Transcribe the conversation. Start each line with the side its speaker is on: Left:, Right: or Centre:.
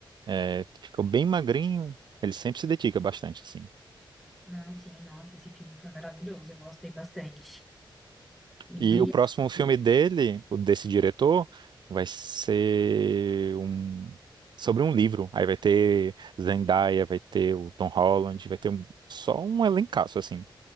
Right: é, ficou bem magrinho. Ele sempre se dedica bastante, assim.
Centre: Não, sim, nossa, esse filme foi maravilhoso, eu gostei bastante. E,
Right: E o próximo filme dele, o desse diretor, vai ser um sobre um livro. Aí vai ter Zendaya, vai ter o Tom Holland, vai ter um- só um elencaço, assim.